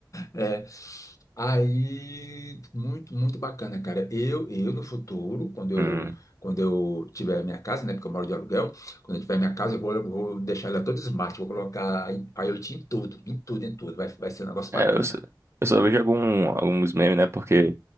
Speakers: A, on the left; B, on the right.
A: É. Aí, muito, muito bacana, cara. Eu, eu no futuro, quando eu,
B: Hum.
A: quando eu tiver minha casa, né? Porque eu moro de aluguel, quando eu tiver minha casa, eu vou, eu vou deixar ela toda smart, vou colocar IoT em tudo, em tudo, em tudo. Vai, vai ser um negócio
B: É,
A: bacana.
B: eu só, eu só vejo algum, alguns memes, né? Porque